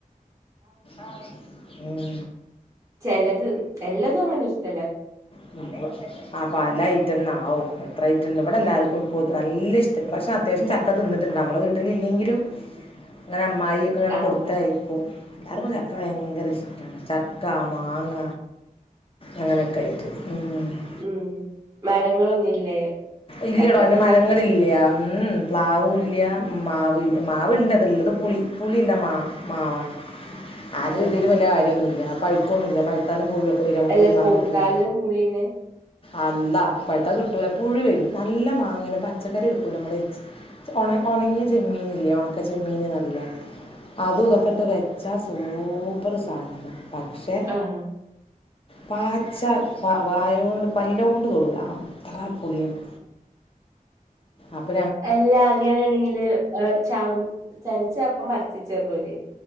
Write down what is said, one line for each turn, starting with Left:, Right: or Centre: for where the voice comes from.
Left: ആഹ് ഉം
Right: ചെലത് എല്ലാതും അങ്ങന ഇഷ്ടല്ലാ
Left: ഫുഡാ ആ പല ഐറ്റെന്നാ ഓ എത്രൈറ്റണ്ട് ഇവട എല്ലാർക്കും പൊതു നല്ല ഇഷ്ടം ഇപ്രാവശ്യം അത്യാവശ്യം ചക്ക തിന്നിട്ടെണ്ട് നമ്മട വീട്ടിലില്ലെങ്കിലും ഇങ്ങന അമ്മായിയെക്കെ ഇങ്ങന
Right: ആഹ്
Left: കൊടുത്തയ്ക്കും. എല്ലാർക്കും ചക്ക ഭയങ്കര ഇഷ്‌ടാണ് ചക്ക മാങ്ങ അങ്ങനെ ഒക്കെ ആയിട്ട് ഉം
Right: ഉം മരങ്ങളൊന്നുല്ലേ
Left: ഇല്ല്യടോ
Right: ചക്കന്റെ
Left: അതിന്റെ
Right: എല്ലാക്കൊക്കെ
Left: മരങ്ങളില്ല്യ പ്ലാവുല്ല്യ.
Right: ഉം
Left: മാവില്ല മാവിണ്ട് അതിള്ളത് പുളി പുളിള്ള മാ മാവാണ്. അത്
Right: ആഹ്
Left: കിട്ടിട്ട് വല്യ കാര്യോന്നുല്ല പൈക്കൊന്നില്ല പൈക്ക് പഴുത്താലും പുഴുവൊക്കെ വരും ഞമ്മക്ക്
Right: അല്ല
Left: തിന്നാൻ
Right: പൗത്താലും
Left: പറ്റൂല്ല.
Right: പുളിന്നെ
Left: അല്ലാഹ് പഴുത്ത കിട്ടൂല പുഴു വരും നല്ല മാങ്ങേണ് പച്ചക്കറി വെക്കൂലേ നമ്മള്. ഒണ ഒണങ്ങിയ ചെമ്മീനില്ലേ ഒണക്ക ചെമ്മീനിന്നറിയില്ലേ അതു ഇതൊക്കെട്ട് വെച്ച് ച്ചാ സൂപ്പറ് സാനം പക്ഷെ
Right: ആഹ്
Left: പാച്ച പ വായൊണ്ട് പല്ലോണ്ട് തൊടൂല ആ പുളിയാണ് അപ്പ്
Right: അല്ല അങ്ങനെണെങ്കില് ച ചെനച്ചപ്പം പറിച്ച് വെച്ച പോരെ